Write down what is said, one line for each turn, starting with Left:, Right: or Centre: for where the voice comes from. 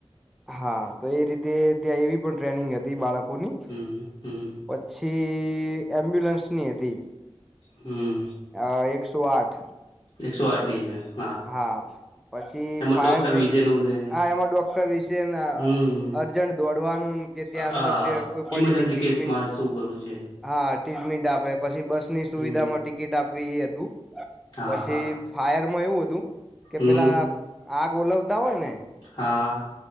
Centre: હા તો એ રીતે ત્યાં એવી પણ ટ્રેનિંગ હતી બાળકો ની
Left: હમ હમ
Centre: પછી એમ્બ્યુલન્સ ની હતી.
Left: હમ્મ.
Centre: અ એકસો આઠ
Left: એકસો આઠની જાય.
Centre: હા પછી ફાયર
Left: ડોક્ટર
Centre: બ્રિગેડ
Left: વિશેનું ને
Centre: હા એમાં ડોક્ટર વિસે
Left: હમ
Centre: અર્જન્ટ દોડવાનું કે
Left: હા
Centre: ત્યાં અંદર કોઈ પડી
Left: ઈમરજન્સી
Centre: ગયું ટ્રીટમેન્ટ
Left: કેસમાં શું કરું છે
Centre: હા. ટ્રીટમેન્ટ આપે પછી બસની સુવિધામાં
Left: હમ
Centre: ટિકિટ આપવી એ હતું
Left: હા
Centre: પછી
Left: હા
Centre: ફાયર એમાં એવું હતું કે
Left: હમ
Centre: પેલા આગ ઓલવતા હોય ને
Left: હા